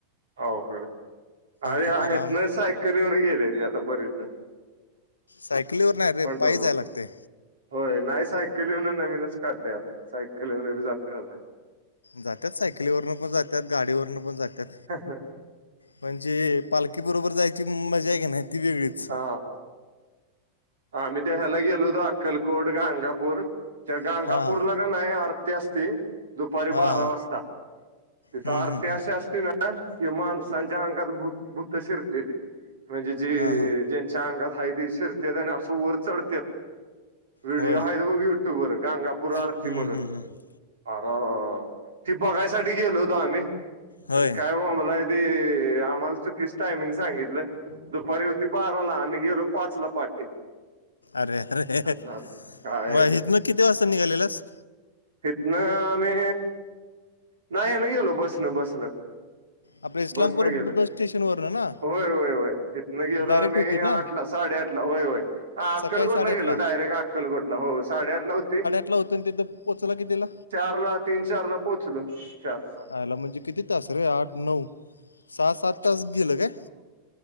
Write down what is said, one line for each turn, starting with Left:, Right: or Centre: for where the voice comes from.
Right: अवघड <unintelligible>
Left: तुकाराम
Right: इथनं सायकली वरनं गेल्याती आतापर्यंत.
Left: सायकलीवर नाही रे,
Right: पंढरपूरला
Left: पायी जायला लागतंय.
Right: होय नाही सायकलीवरनं नवीनच काढलय आता, सायकली वरण बी जातंय आता.
Left: जात्यात सायकलीवरून पण, जात्यात गाडीवरनं पण जातात.
Right: हां हां..
Left: पण जी, पालखी बरोबर जाण्याची मजा हाय कणी ती वेगळीच.
Right: हा आम्ही त्या ह्याला गेलो होतो, अक्कलकोट गांंगापूर. त्या गांगापूरला
Left: हां हां
Right: आरती असती दुपारी
Left: हां
Right: बारा
Left: हां
Right: वाजता, तिथं
Left: हम्म,
Right: आरती
Left: हम्म, हम्म.
Right: अशी असते ना. <unintelligible> हे माणसांच्या अंगात भूत भूत शिरत्याती. म्हणजे जे
Left: हां हां
Right: जे च्या अंगात हाय की, शिरत्यात आणि अस वर चढत्यात. व्हिडिओ
Left: होय
Right: आहेत बघ युट्यूब वर गाणगापूर आरती
Left: हम्म,
Right: म्हणून
Left: हम्म, हम्म.
Right: अरं अरं ती बघायसाठी गेलो होतो आम्ही
Left: होय
Right: काय बोंबलाय ते आम्हाला चुकीच टायमिंग सांगितलं. दुपारी होती बाराला आम्ही गेलो पाच ला प्
Left: अरे. अरे.
Right: काय
Left: मग इथ ना किती वाजता निघालेलास.
Right: हितं, आम्ही नाही हेन गेलो बसन, बसन.
Left: आपल्या इस्लामपूर
Right: बस न गेलं
Left: बस स्टेशनवरनं ना
Right: होय, होय, होय हितं गेलो
Left: डायरेक्ट
Right: आम्ही
Left: होती
Right: आठलाच.
Left: ना
Right: साडेआठ ला होय, होय अक्कलकोटला
Left: सकाळी साडेआठला
Right: गेलो. डायरेक्ट अक्कलकोटला हो साडेआठ ला होती.
Left: कला होतो तिथं पोचला कितीला?
Right: चार ला तीन, चार ला पोहोचलो. चार पाच
Left: आयला म्हणजे किती तास रे आठ नऊ, सहा, सात तास गेलं काय?